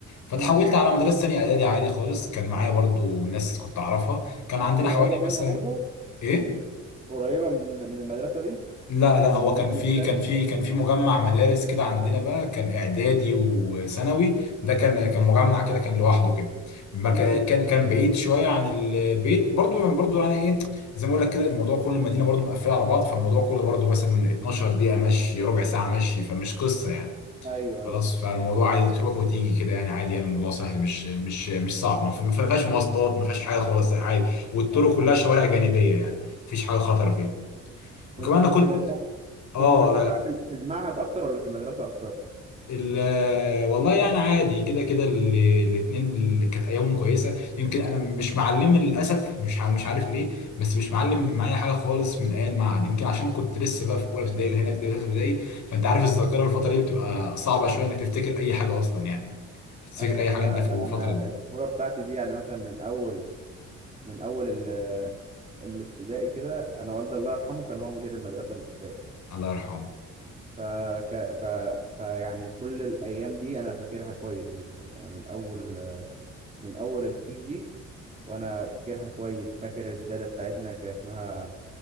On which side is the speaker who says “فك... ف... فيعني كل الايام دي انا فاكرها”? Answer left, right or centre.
Right